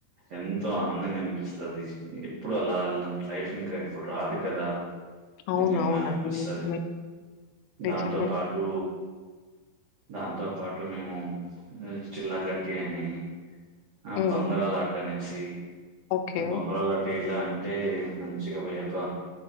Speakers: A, on the right (about 80°); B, on the left (about 90°).
A: ఎంతో ఆనందంగా అనిపిస్తది ఎప్పుడు అలా అలాంటి లైఫ్ ఇంకా ఎప్పుడు రాదు కదా
B: అవునవునండి.
A: నిజంగా అనిపిస్తది
B: నిజమే. నిజమే.
A: దాంతో పాటు దాంతో పాటు మేము చిల్ల కట్టి అని ఆ
B: హ్మ్.
A: బొంగరాల ఆట అనేసి
B: ఓకే.
A: బొంగరాల ఆట ఇలా అంటే మంచిగా వేప